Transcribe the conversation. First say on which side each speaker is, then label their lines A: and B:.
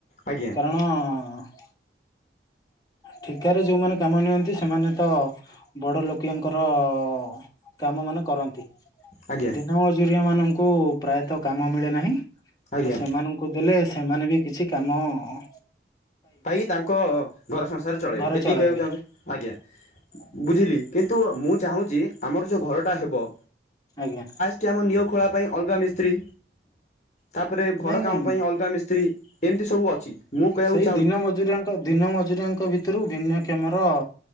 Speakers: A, on the left; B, on the left.
A: ଆଜ୍ଞା
B: କାରଣ ଅ ଠିକାରେ ଯୋଉମାନେ କାମ ନିଅନ୍ତି ସେମାନେ ତ ବଡ ଲୋକିଆଙ୍କର ଅ କାମ ମାନେ କରନ୍ତି।
A: ଆଜ୍ଞା
B: ଦିନ ମଜୁରିଆମାନଙ୍କୁ ପ୍ରାୟତଃ କାମ ମିଳେ ନାହିଁ
A: ଆଜ୍ଞା
B: ତ ସେମାନଙ୍କୁ ଦେଲେ ସେମାନେ ବି କିଛି କାମ ଅ
A: ପାଇକି ତାଙ୍କ ଘର ସଂସାର ଚଳେଇବେ
B: ଘର
A: ଏତିକି
B: ଚଳାଇବେ
A: କହିଆକୁ ଚାହୁଁଛ, ଆଜ୍ଞା ବୁଝିଲି। କିନ୍ତୁ ମୁଁ ଚାହୁଁଚି ଆମର ଯେଉଁ ଘରଟା ହେବ
B: ଆଜ୍ଞା।
A: କି ଆମ ନିଅ ଖୋଳା ପାଇଁ ଅଲଗା ମିସ୍ତ୍ରୀ ତାପରେ ଘର
B: ନାଇଁ
A: କାମ
B: ନାଇଁ
A: ପାଇଁ ଅଲଗା ମିସ୍ତ୍ରୀ ଏମିତି ସବୁ ଅଛି ମୁଁ କହିଆ
B: ସେଇ
A: କୁ
B: ଦିନ ମଜୁରିଆଙ୍କ ଦିନ ମଜୁରିଆଙ୍କ ଭିତରୁ ଭିନ୍ନକ୍ଷମର